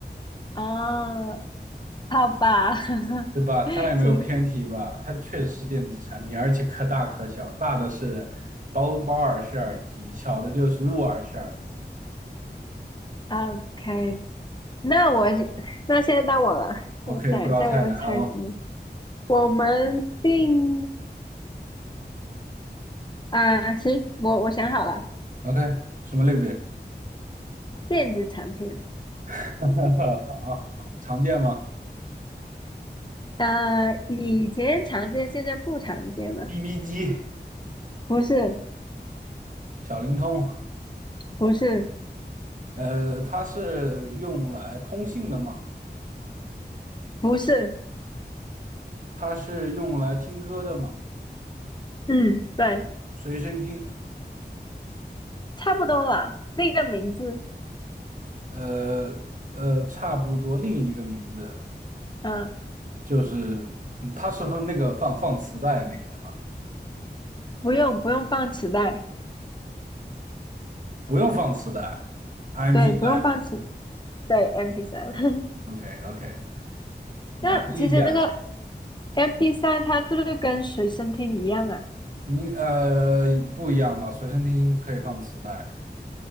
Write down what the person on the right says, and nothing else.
对吧？它也没有偏题吧？
它确实是电子产品，而且可大可小，大的是包包耳式耳机，小的就是入耳式耳机。
OK，
不要太难哦。
OK，什么类别？
<laughs> 好啊，好啊，常见吗
？BB 机、
小灵通，
呃，它是用来通信的吗？
它是用来听歌的吗？
随身听。
呃呃，差不多另一个名字
就是，嗯，它是放那个放放磁带那个对吧？
不用放磁带，MP
三
，OK OK，<laughs> 难一点了，
你呃不一样吧？随身听可以放磁带